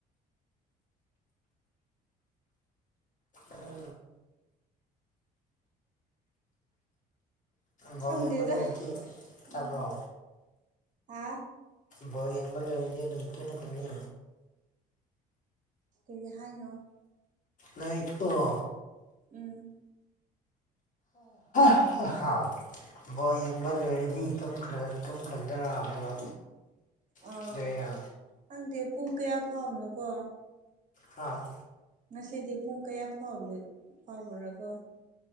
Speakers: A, on the left; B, on the right.
A: ꯑꯥ ꯕꯣꯜ
B: ꯈꯪꯗꯦꯗ
A: ꯌꯦꯡꯕ ꯂꯩꯔꯗꯤ ꯇꯥꯕ꯭ꯔꯣ
B: ꯎꯝ ꯍꯥ
A: ꯕꯣꯜ ꯌꯦꯡꯕ ꯂꯩꯔꯗꯤ ꯑꯗꯨꯝ ꯇꯨꯝꯈ꯭ꯔꯅꯤ
B: ꯀꯔꯤ ꯍꯥꯏꯅꯣ
A: ꯂꯩꯩꯀꯣ
B: ꯎꯝ
A: <inaudible> ꯕꯣꯜ ꯌꯦꯡꯕ ꯂꯣꯏꯔꯗꯤ ꯇꯨꯝꯈꯥ ꯇꯨꯝꯈꯥꯗ꯭ꯔꯥ ꯍꯥꯏꯕ
B: ꯑꯥ
A: ꯇꯨꯝꯈꯤꯗꯣꯏꯔꯥ
B: ꯈꯪꯗꯦ ꯄꯨꯡ ꯀꯌꯥ ꯐꯥꯎꯅꯣꯀꯣ
A: ꯍꯥꯥ
B: ꯉꯁꯤꯗꯤ ꯄꯨꯡ ꯀꯌꯥꯥꯎ ꯐꯥꯎꯕ꯭ꯔꯥ ꯀꯣ